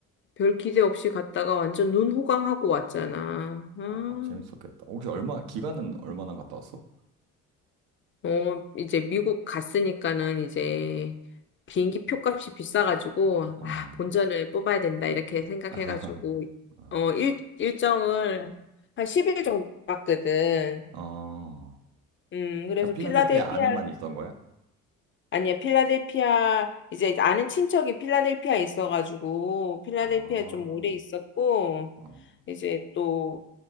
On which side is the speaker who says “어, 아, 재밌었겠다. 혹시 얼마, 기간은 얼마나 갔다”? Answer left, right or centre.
Right